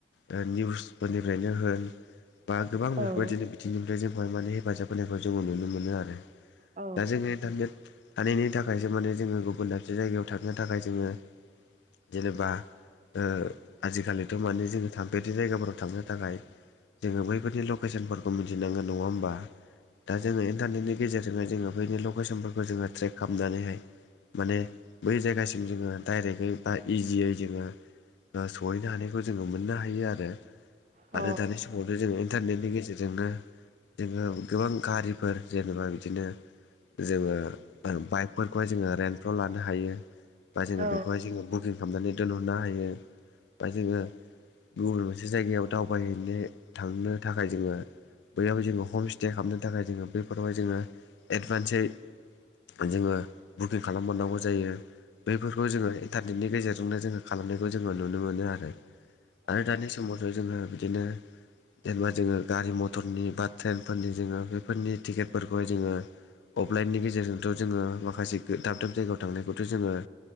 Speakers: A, on the left (about 75°); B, on the right (about 40°).
A: दा निउसफोरनिफ्रायनो होन बा गोबां
B: औ
A: बेफोरबायदिनो
B: अ
A: दिनिफ्राय जोंखौहाय माने हेफाजाब होनायखौ जोङो नुनो मोनो आरो
B: औ
A: दा जोङो इन्टारनेट थानायनि थाखायसो माने जोङो गुबुन दाबसे जायगायाव थांनो थाखाय जोङो जेनेबा ओ आजिखालि थारमाने जोङो थांफेरि जायगाफोराव थांनो थाखाय जोङो बैफोरनि लकेसनफोरखौ मिथिनांगोन नङा होमबा। दा जोङो इन्टारनेटनि गेजेरजोंहाय जोङो बैनि लकेसनफोरखौ जोङो ट्रेक खालामनानैहाय माने बै जायगासिम जोङो डाइरेकयै बा इजियै जोङो ओ सहैनो हानायखौ जोङो मोननो हायो आरो।
B: औ
A: आरो दानि समाव जोङो इन्टारनेटनि गेजेरजोंनो जोङो गोबां गारिफोर जेनेबा बिदिनो जोङो बाइकफोरखौहाय जोङो रेन्टफ्राव लानो हायो। बा जोङो
B: औ
A: बेखौहाय जोङो बुकिं खालामनानै दोनहरनो हायो बा जोङो गुबुन मोनसे जायगायाव दावबायहैनो थांनो थाखाय जोङो बैयावहाय जोङो हमस्ते खालामनो थाखाय जोङो बैफोरावहाय जोङो एडभान्ससै जोङो बुकिं खालाम हरनांगौ जायो। बैफोरखौ जोङो इन्टारनेटनि गेजेरजोंनो जोङो खालामनायखौ जोङो नुनो मोनो आरो। आरो दानि समावथ' जोङो बिदिनो जेनेबा जोङो गारि मटरनि बा ट्रेनफोरनि जोङो बेफोरनि टिकेटफोरखौहाय जोङो अफलाइननि गेजेरजोंथ' जोङो माखासे दाब - दाब जायगायाव थांनायखौथ' जोङो